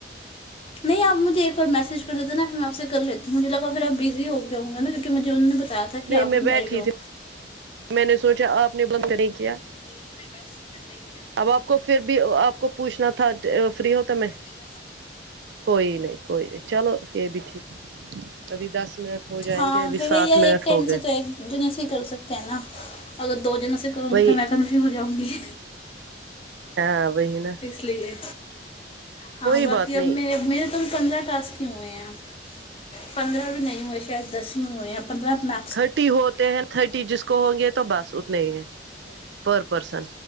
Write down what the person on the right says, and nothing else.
نہیں
میں
بیٹھی
تھی میں نے سوںچا آپ نے بند تو نہیں کیا
اب آپ کو پھر بھی آپ کو پوچھنا تھا فری ہو تو میں
کوئی نہیں کوئی نہیں چلو یہ بھی ٹھیک ہے ابھی دس منٹ ہو جائیں
گے ابھی
سات
منٹ
ہو گئے
وہی
ہاں وہی نہ
بات
نہیں
تھرٹی ہوتے ہیں تھرٹی جس کو ہوں گے تو بس اتنے ہی ہیں پر پرسن